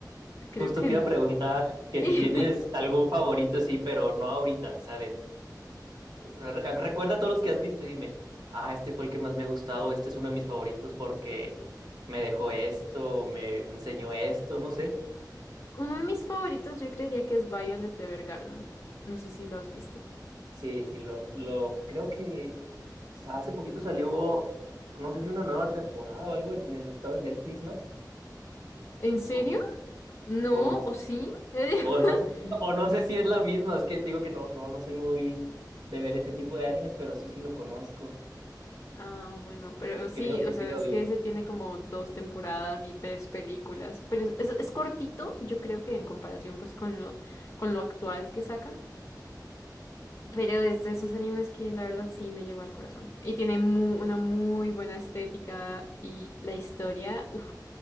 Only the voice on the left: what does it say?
<laughs> Creo
que
no.
<laughs>
Uno de mis favoritos yo creería que es Violet Evergarden. No sé si lo has visto.
¿En serio?
¿No?
¿O sí? <laughs>
Ah, bueno, pero
sí,
o sea,
es
que ese tiene como dos temporadas y tres películas, pero es, es- es cortito, yo creo que en comparación pues con lo, con lo actual que sacan, Pero es de esos animes que la verdad sí me llegó al corazón. Y tiene mu- una muy buena estética y la historia, uf,